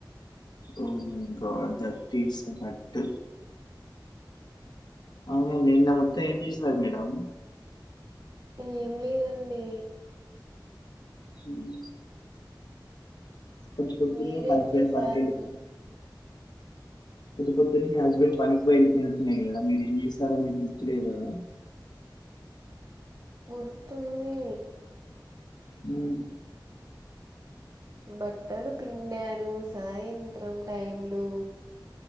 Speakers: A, on the left; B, on the right.
A: oh my god that is hard అవు నిన్న మొత్తం ఏం చేసరూ మేడం.
B: ఏం లేదండి.
A: ఉం పోదు, పొద్దున
B: మీరేం
A: మీ హస్బెండ్
B: చేశారు
A: పనికి వెల్ పొద్దు పొద్దునే నీ హస్బెండ్ పనికి పోయి ఉంటున్నారు కదా మీరు ఏం చేశారో మీకు గుర్తులే కదా.
B: గుర్తుంది.
A: ఉం
B: బట్టలు పిండాను సాయంత్రం టైమ్లు.